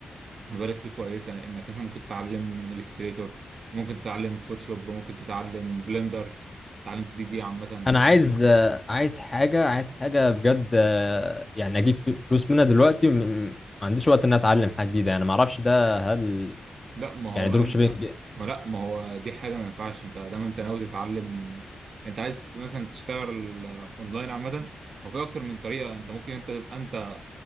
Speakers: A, on the right (about 70°); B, on the left (about 30°).
A: مبالغ فيه كويسه انك مثلا ممكن تتعلم الستريتور ممكن تتعلم فوتوشوب ممكن تتعلم بلندر تتعلم 3 دي عامه
B: انا عايز آه، عايز حاجه عايز حاجه بجد آه، يعني اجيب ف- فلوس منها دلوقتي م- م- ما عنديش وقت ان أنا اتعلم حاجه جديده انا ما اعرفش ده هل
A: لا ما هو
B: يعني دروب
A: انت
B: شيبينج
A: ما لا ما هو دي حاجه ما ينفعش انت دايما انت ناوي تتعلم انت عايز مثلا تشتغل اونلاين عامه هو في اكتر من طريقه انت ممكن انت تبقى انت